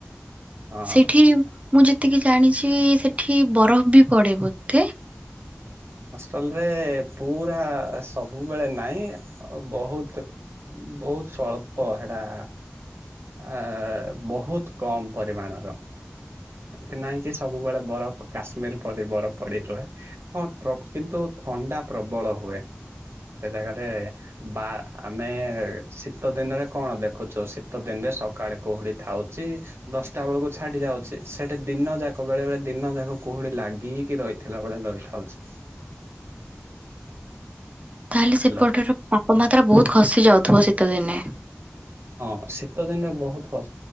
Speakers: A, on the right; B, on the right.
A: ହଁ
B: ସେଠି ମୁଁ ଯେତିକି ଜାଣିଛି ସେଠି ବରଫ ବି ପଡେ ବୋତେ।
A: ହଷ୍ଟେଲ ରେ ପୁରା ସବୁବେଳେ ନାହିଁ। ବହୁତ ବହୁତ ସଳ୍ପ ହେଟା। ଆ ବହୁତ କମ ପରିମାଣର। ଏମତି ନାଇଁ କି ସବୁବେଳେ ବରଫ କାଶ୍ମୀର ପଡି ବରଫ ପଡି ରୁହେ। ହଁ କିନ୍ତୁ ଥଣ୍ଡା ପ୍ରବଳ ହୁଏ। ସେ ଜାଗାରେ ବା ଆମେ ଶୀତ ଦିନରେ କଣ ଦେଖୁଛୁ? ଶୀତ ଦିନରେ ସକାଳେ କୁହୁଡି ଥାଉଛି। ଦଶଟା ବେଳକୁ ଛାଡି ଯାଉଛି। ସେଟା ଦିନ ଯାକ ବେଳେ ବେଳେ ଦିନ ଯାକ କୁହୁଡି ଲାଗିକି ରହିଥିଲା ବେଳେ ରହିଥାଉଛି। <inaudible>
B: ତାହେଲେ ସେପଟର
A: ହ୍ୟାଲୋ
B: ତାପମାତ୍ରା ବହୁତ ଖସି ଯାଉଥିବ ଶୀତ ଦିନେ।
A: ହଁ ଶୀତ ଦିନେ ବହୁତ